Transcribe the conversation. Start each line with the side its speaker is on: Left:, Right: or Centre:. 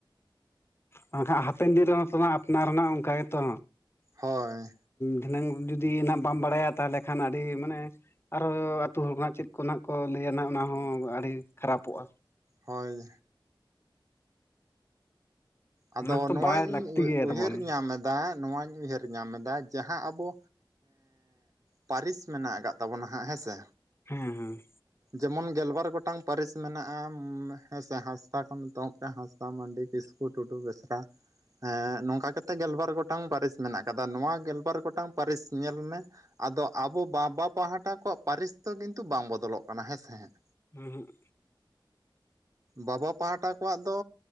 Left: ᱵᱟᱝᱠᱷᱟᱱ ᱦᱟᱯᱮᱱᱫᱤᱱ ᱨᱮᱦᱚᱸ ᱛᱚ ᱟᱯᱱᱟᱨ ᱨᱮᱱᱟᱜ ᱚᱱᱠᱟ ᱜᱮᱛᱚ
Right: ᱦᱳᱭ
Left: ᱫᱷᱤᱱᱟᱹᱝ ᱡᱩᱫᱤ ᱱᱟᱜ ᱵᱟᱢ ᱵᱟᱲᱟᱭᱟ ᱛᱟᱦᱚᱞᱮ ᱠᱷᱟᱱ ᱟᱹᱰᱤ ᱢᱟᱱᱮ ᱟᱨᱚ ᱟᱹᱛᱩ ᱦᱚᱲ ᱠᱚ ᱱᱟᱜ ᱪᱮᱫ ᱠᱚ ᱱᱟᱜ ᱠᱚ ᱞᱟᱹᱭᱟ ᱱᱟᱦᱟᱜ ᱚᱱᱟ ᱦᱚᱸ ᱟᱹᱰᱤ ᱠᱷᱟᱨᱟᱯᱚᱜᱼᱟ ᱾
Right: ᱦᱳᱭ ᱟᱫᱚ
Left: ᱚᱱᱟ ᱠᱚᱫᱚ
Right: ᱱᱚᱣᱟᱧ
Left: ᱵᱟᱲᱟᱭ ᱞᱟᱹᱠᱛᱤ ᱜᱮ
Right: ᱩᱭᱦᱟᱹᱨ
Left: ᱛᱟᱵᱚᱱ
Right: ᱧᱟᱢ ᱮᱫᱟ ᱱᱚᱣᱟᱧ ᱩᱭᱦᱟᱹᱨ ᱧᱟᱢᱮᱫᱟ ᱡᱟᱦᱟᱸ ᱟᱵᱚ ᱯᱟᱹᱨᱤᱥ ᱢᱮᱱᱟᱜ ᱠᱟᱫ ᱛᱟᱵᱚᱱᱟ ᱱᱟᱜ ᱦᱮᱸᱥᱮ
Left: ᱦᱮᱸ ᱦᱮᱸ
Right: ᱡᱮᱢᱚᱱ ᱜᱮᱞᱵᱟᱨ ᱜᱚᱴᱟᱝ ᱯᱟᱹᱨᱤᱥ ᱢᱮᱱᱟᱜᱼᱟ ᱦᱮᱸ ᱥᱮ ᱦᱟᱸᱥᱫᱟ ᱠᱷᱚᱱ ᱮᱛᱚᱦᱚᱵ ᱦᱟᱸᱥᱫᱟ, ᱢᱟᱱᱰᱤ, ᱠᱤᱥᱠᱩ, ᱴᱩᱰᱩ, ᱵᱮᱥᱨᱟ ᱱᱚᱝᱠᱟ ᱠᱟᱛᱮᱜ ᱜᱮᱞᱵᱟᱨ ᱜᱚᱴᱟᱝ ᱯᱟᱹᱨᱤᱥ ᱢᱮᱱᱟᱜ ᱠᱟᱫᱟ᱾ ᱱᱚᱣᱟ ᱜᱮᱞᱵᱟᱨ ᱜᱚᱴᱟᱝ ᱯᱟᱹᱨᱤᱥ ᱧᱮᱞ ᱢᱮ ᱟᱫᱚ ᱟᱵᱚ ᱵᱟᱵᱟ ᱯᱟᱦᱴᱟ ᱠᱚᱣᱟᱜ ᱯᱟᱹᱨᱤᱥ ᱫᱚ ᱠᱤᱱᱛᱩ ᱵᱟᱝ ᱵᱚᱫᱚᱞᱚᱜ ᱠᱟᱱᱟ ᱦᱮᱸᱥᱮ ᱦᱟᱸᱜ
Left: ᱩᱸ ᱦᱩᱸᱜ
Right: ᱵᱟᱵᱟ ᱯᱟᱦᱴᱟ ᱠᱚᱣᱟᱜ ᱫᱚ